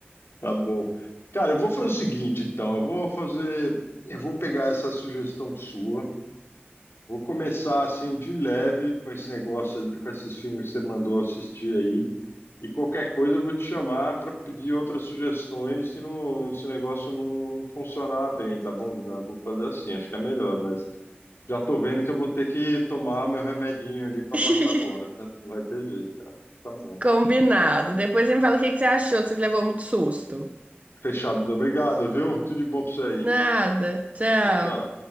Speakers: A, on the left; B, on the right.
A: Tá bom. Cara, eu vou fazer o seguinte, então. Eu vou fazer... Eu vou pegar essa sugestão sua. Vou começar assim de leve com esse negócio, com esses filmes que você mandou assistir aí. E qualquer coisa eu vou te chamar para pedir outras sugestões se, não, se o negócio não, não funcionar bem, tá bom, Duda? Vou fazer assim, acho que é melhor, mas já tô vendo que eu vou ter que tomar meu remedinho ali para
B: <laughs>
A: baixar a bola. né? Não vai ter jeito, cara. Tá bom.
B: Combinado. Depois você me fala o que que você achou, se levou muito susto.
A: Fechado, Duda. obrigado, viu? Tudo de bom pra você aí.
B: Nada. Tchau.
A: Tchau, tchau.